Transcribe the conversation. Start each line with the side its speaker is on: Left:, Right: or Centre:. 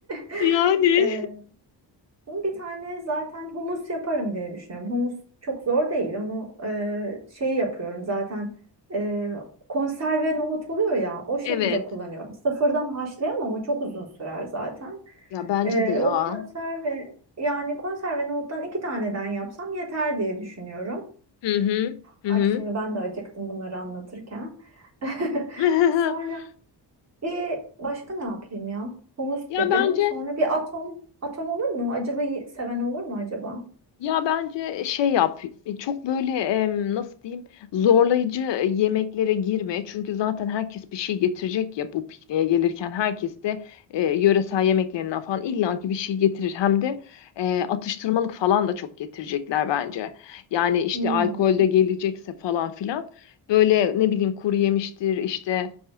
Right: <laughs>
Left: Yani.
Right: e, bir tane zaten humus yaparım diye düşünüyorum. Humus çok zor değil. Onu e, şey yapıyorum zaten e, konserve nohut oluyor ya o şekilde
Left: Evet.
Right: kullanıyorum. Sıfırdan haşlayamam o çok uzun sürer zaten.
Left: Ya bence
Right: E,
Left: de ya.
Right: o konserve yani konserve nohuttan iki taneden yapsam yeter diye düşünüyorum.
Left: Hı hı.
Right: Ay
Left: Hı hı.
Right: şimdi ben de acıktım bunları anlatırken. <laughs>
Left: <laughs>
Right: Sonra bir başka ne yapayım ya? Humus
Left: Ya
Right: dedim.
Left: bence
Right: Sonra bir atom. Atom olur mu? Acılıyı seven olur mu acaba?
Left: Ya bence şey yap, çok böyle em, nasıl diyeyim zorlayıcı yemeklere girme. Çünkü zaten herkes bir şey getirecek ya bu pikniğe gelirken herkes de e, yöresel yemeklerinden falan illaki bir şey getirir. Hem de e, atıştırmalık falan da çok getirecekler bence. Yani işte
Right: Hmm,
Left: alkol de gelecekse falan filan böyle ne bileyim kuru yemiştir işte